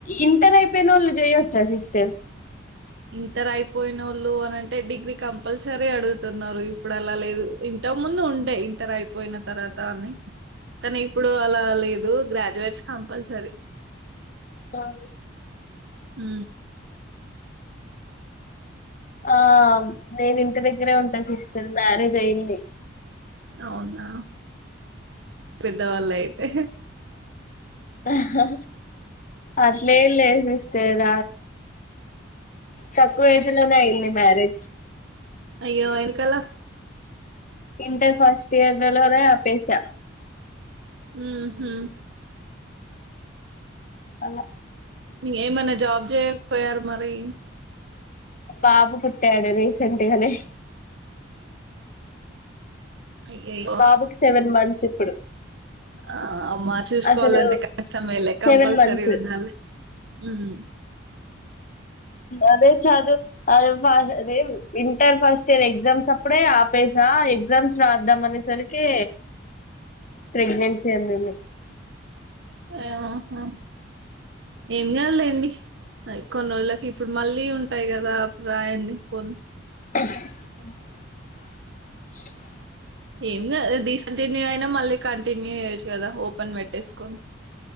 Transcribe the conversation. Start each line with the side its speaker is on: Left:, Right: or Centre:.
Left: ఇంటర్ అయిపోయిన వాళ్ళు చేయొచ్చా సిస్టర్
Right: ఇంతరు అయిపోయిన వాళ్ళు అనింటే డిగ్రీ కంపల్సరీ అడుగుతున్నారు ఇప్పుడు అలా లేదు ఇంత ముందు ఉంటాయి ఇంతర అయిపోయిన తర్వాత అని కానీ ఇప్పుడు అలా లేదు గ్రాడ్యుయేట్స్ కంపల్సరీ
Left: అవు
Right: హ
Left: ఆ నేను ఇంటి దగ్గరే ఉంటా సిస్టర్ మ్యారేజ్ అయింది
Right: అవునా పెద్దవాళ్ళు అయితే
Left: ఆహ అలే లేదు ఇస్తేద తక్కువ వేసులోనే అయింది మ్యారేజ్ <inaudible>
Right: అయ్యో ఎనకాలా
Left: ఇంటర్ ఫస్ట్ ఇయర్లోదే పస
Right: ఉమా హు
Left: అలా
Right: ఇక ఏమనా జాబ్ చేయకపోయారు మరి
Left: పాప పుట్ట అడ రీసెట్గానే
Right: అయ్యయ్యో
Left: బాబుకి సెవెన్ మంత్స్ ఇప్పుడు
Right: ఆ అమ్మా చూసుకోవాలంటే
Left: అసలు
Right: కష్టమేలే
Left: సెవెన్
Right: కంపల్సరీ
Left: మంత్స్
Right: ఉండాలి హ్మ్
Left: అదే చదు అ అదే ఇంటర్ ఫస్ట్ ఇయర్ ఎగ్జామ్స్ అప్పుడే కాపేసా ఎగ్జామ్స్ రాద్దాం అనేసరికి ప్రెగ్నెన్స అన్న
Right: ఆహా ఏం కాదు లేండి కొన్ని రోజుల ఇప్పుడు మళ్ళీ ఉంటాయి కదా అప్పుడు రాయండి పోన్ని
Left: అ
Right: ఏం కాదు డిస్కాంటిన్యూయు అయినా మళ్ళీ కంటిన్యూ ఇయొచ్చు కదా ఓపెన్ పెట్టేసుకొని